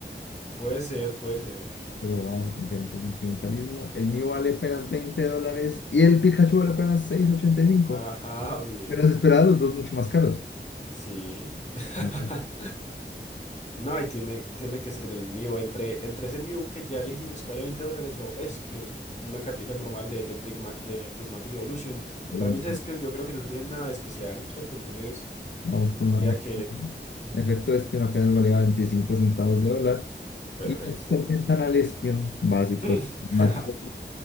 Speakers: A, on the left; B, on the left.
A: Puede ser, puede ser.
B: Pero vamos a confiar en tu sentimentalismo. El mío vale apenas 20 dólares y el Pikachu vale apenas seis ochenta y cinco
A: Ajá, bien.
B: Menos esperados, los dos mucho más caros.
A: Sí. <laughs>
B: Bueno.
A: No, y tiene, tiene que ser el Mew. Entre, entre ese Mew que ya elegimos que vale 20 dólares o Espion, una cartica normal de, de, Prigma- de Prismatic Evolution.
B: Bueno.
A: Para mí ese Espion yo creo que no tiene nada de especial, ¿cierto? Entonces
B: Vamos con
A: diría
B: una...
A: que... Ujú,
B: Efecto espion apenas valía 25 centavos de dólar.
A: perfecto.
B: Y nos presentan al espion básico,
A: <laughs>
B: el matemático,